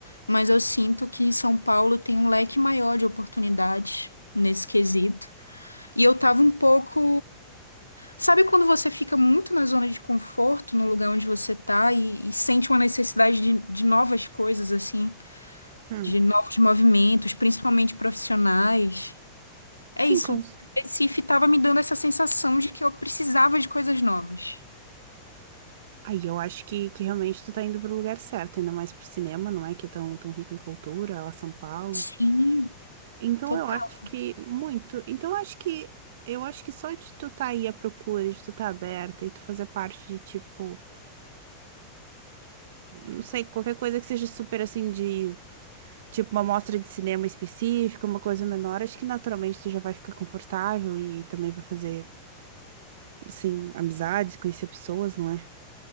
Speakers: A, on the left; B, on the right.
A: mas eu sinto que São Paulo tem um leque maior de oportunidades nesse quesito. E eu tava um pouco. Sabe quando você fica muito na zona de conforto, no lugar onde você tá, e, e sente uma necessidade de, de novas coisas, assim,
B: Hum.
A: de novos movimentos, principalmente profissionais? É
B: Sim,
A: isso.
B: cons.
A: Recife tava me dando essa sensação de que eu precisava de coisas novas.
B: Aí eu acho que, que realmente tu tá indo pro lugar certo, ainda mais pro cinema, não é? Que é tão, tão rico em cultura, lá São Paulo.
A: Sim,
B: Então
A: total.
B: eu acho que muito. Então eu acho que eu acho que só de tu tá aí à procura, de tu tá aberta e tu fazer parte de tipo, não sei, qualquer coisa que seja super assim de tipo uma mostra de cinema específica, uma coisa menor, acho que naturalmente tu já vai ficar confortável e também vai fazer, assim, amizades, conhecer pessoas, não é?